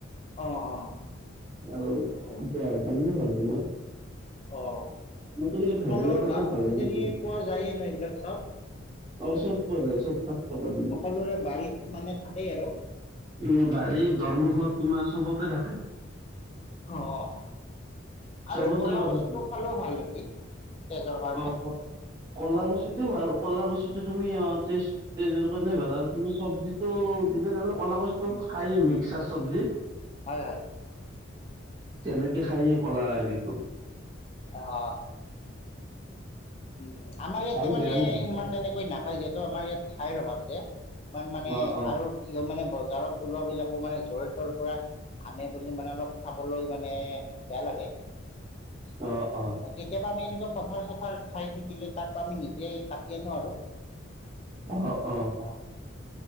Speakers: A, on the left; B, on the right.
A: অ', অ'।
B: আৰু
A: হয়
B: দেহৰ কাৰণেও ভাল তোমাৰ।
A: অ'
B: মইতো কিন্তু
A: তোমালোকৰ
B: ভেদাইলতাটো
A: গাঁৱত
B: ভাল লাগে
A: কিজানি
B: কিন্তু
A: পোৱা যায়ে নাই এইবিলাক চাব?
B: অ' চব পোৱা যায় চব শাক পাবা তুমি।
A: সকলোৰে বাৰীত মানে থাকেই আৰু।
B: উম বাৰী দৰমুখত তোমাৰ চবতে থাকে।
A: অ', অ' আৰু
B: চবতে
A: এই কলা
B: পাবা
A: কছুটো খালেও ভাল নেকি? তেজৰ কাৰণে
B: অঁ কলাকছুটো বাৰু কলাকছুটো তুমি অ' তেজৰ কাৰণে ভাল আৰু তুমি চব্জিটো দিলে ক'লাকছুটো খাই মিক্সাৰ চব্জি <inaudible>
A: হয় হয়।
B: তেনেকে খায় কলা হেৰিতটো
A: অ'। উ আমাৰ
B: ভাল
A: ইয়াতে
B: বেয়া
A: মানে
B: নহয়
A: ইমান এনেকৈ নাপাই যহেতু আমাৰ ইয়াত ঠাইৰ অভাৱ যে। ইমান মানে
B: অ অ
A: আৰু কি হয় মানে বজাৰত ওলোৱা বিলাকো মানে জৰি তৰ পৰা আনে বুলি মানে অলপ খাবলৈ মানে বেয়া লাগে।
B: অ অ
A: কেতিয়াবা আমি এনেকুৱা পথাৰ চথাৰ চাই থাকিলে তাৰ পৰা আমি নিজে কাটি আনো আৰু।
B: অ', অ'।
A: অ'।